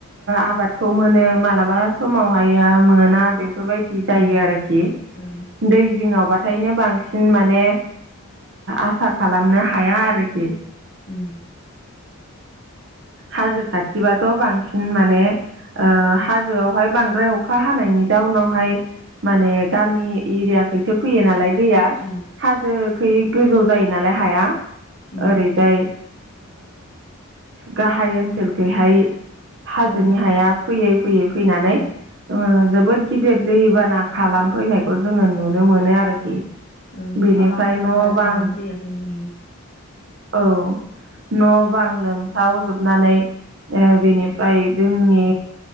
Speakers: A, on the right (about 55°); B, on the left (about 45°).
A: आबादखौ मोनो मालाबा समावहायो मोना बेफोरबायदि जायो
B: उम
A: आरोखि
B: ओं ओं
A: दै जिङावबा थायनो बांसिन माने आसा खालामनो हाया आरोखि।
B: उम।
A: हाजो खाथिबाथ' बांसिन माने हाजोआवहाय बांद्राय अखा हानायनि जाउनावहाय माने गामि एरियाखौसो फैयो नालाय दैया
B: ओं उम
A: हाजोखैयि गोजौ जायो नालाय हाया
B: उम
A: ओरैजाय गाहाय ओनसोलखैहाय हाजोनि
B: उम
A: हाया फैयै फैयै फैनानै
B: औ ओं
A: जोबोद गिदिर दैबाना खालामफैनायखौ जोङो नुनो मोनो आरोखि
B: औ औ अखा
A: बेनिफ्राय
B: बांद्राय हाबा
A: न' बां
B: हाजोननि दैया फैयो
A: औ न' बांलोम सावजोबनानै ओ बेनिफ्राय जोंनि